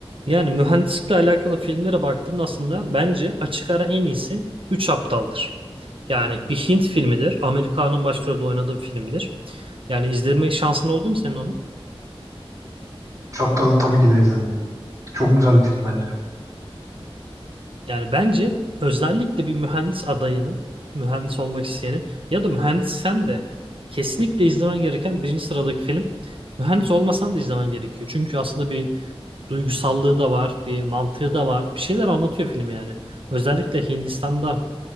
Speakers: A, on the right (about 60°); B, on the right (about 35°).
A: Yani mühendislikle alakalı filmlere baktığında aslında bence açık ara en iyisi Üç Aptal'dır. Yani bir Hint filmidir. Amerika'nın başrolde oynadığı bir filmdir. Yani izleme şansın oldu mu senin onu?
B: Çaptalı tabii ki de izledim. Çok güzel bir film bence.
A: Yani bence özellikle bir mühendis adayının, mühendis olmak isteyenin ya da mühendis sen de kesinlikle izlemen gereken birinci sıradaki film. Mühendis olmasan da izlemen gerekiyor. Çünkü aslında bir duygusallığı da var, bir mantığı da var. Bir şeyler anlatıyor film yani. Özellikle Hindistan'da